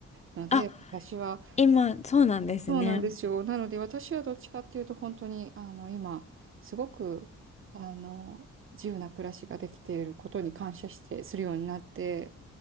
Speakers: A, on the right; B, on the left.
A: ので私は
B: あ、今、そうなんですね。
A: そうなんですよなので私はどっちかっていうと本当にあの今すごくあの自由な暮らしができていることに感謝してするようになって。